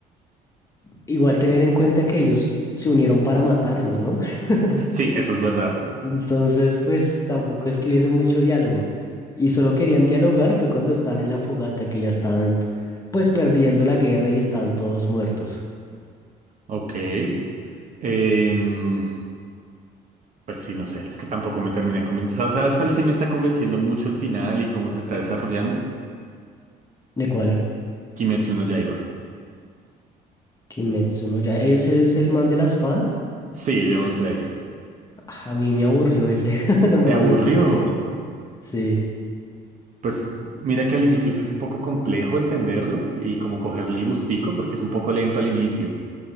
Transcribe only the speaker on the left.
Igual tener en cuenta que ellos se unieron para matarlos, ¿no? <laughs>
Entonces, pues tampoco es que hubiese mucho diálogo. Y solo querían dialogar fue cuando estaban en la fogata, que ya estaban pues perdiendo la guerra y estaban todos muertos.
¿De cuál?
Kimetsu no ya ellos es el man de la espada?
Ah, A mí me aburrió ese, <laughs> no me
acuerdo
por qué. Sí,